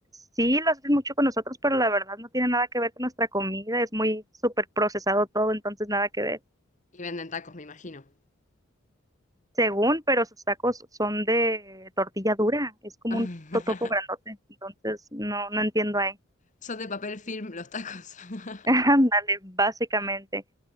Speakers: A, on the right (about 15°); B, on the left (about 35°).
A: Sí, lo hacen mucho con nosotros, pero la verdad no tiene nada que ver con nuestra comida, es muy súper procesado todo, entonces nada que ver.
B: Y venden tacos, me imagino.
A: según, pero sus tacos son de tortilla dura, es como
B: <laughs>
A: un totopo grandote, entonces no, no entiendo ahí.
B: Son de papel film los tacos. <laughs>
A: <laughs> Ándale, básicamente.